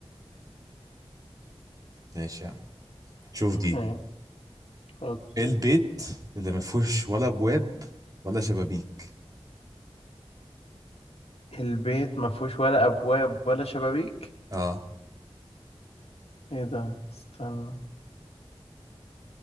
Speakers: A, on the right; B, on the left.
A: ماشي يا عم شوف
B: <laughs>
A: دي
B: ماشي، خد.
A: ايه البيت اللي ما فيهوش ولا ابواب ولا شبابيك
B: البيت ما فيهوش ولا أبواب ولا شبابيك
A: اه
B: إيه ده استنى